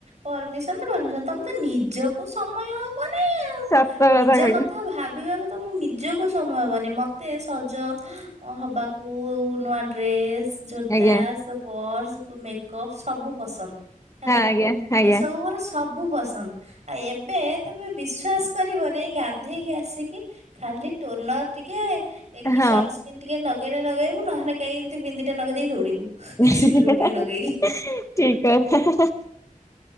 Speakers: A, on the right; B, on the left.
A: ପରମିସନ ତ ଭାବୁଛ ତମେ ତ ନିଜକୁ ସମୟ ହବନି ଆଉ
B: ସତ
A: ନିଜ
B: କହିଲେ
A: କଥା ଭା ଭାବିବାକୁ ତ ମୁ ନିଜକୁ ସମୟ ହବନି ମତେ ସଜ ଅ ହବାକୁ ନୂଆ ଡ୍ରେସ୍ ଜୋତା
B: ଆଜ୍ଞା
A: ସେ ପର୍ସ କୁ ମେକଅପ୍ ସବୁ ପସନ୍ଦ। ହେଲା
B: ହଁ ଆଜ୍ଞା ଆଜ୍ଞା
A: ଏସବୁ ମୋର ସବୁ ପସନ୍ଦ ଆ ଏବେ ତମେ ବିଶ୍ଵାସ କରିବ ନେଇ ଗାଧେଇକି ଆସିକି ଖାଲି ଟୋନର ଟିକେ ଏଇ କି
B: ହଁ।
A: ସନ୍ ସ୍କିନ ଟିକେ ନଗେଇଲେ ନଗେଇବୁ ନହେଲେ କେହି ଏମିତି ବିନ୍ଦି ଟେ ନଗେଇ ଦେଇ ଦୌଡିବୁ।
B: <inaudible>
A: ସିନ୍ଦୁର ଟିକେ ନଗେଇକି।
B: ଠିକ କଥା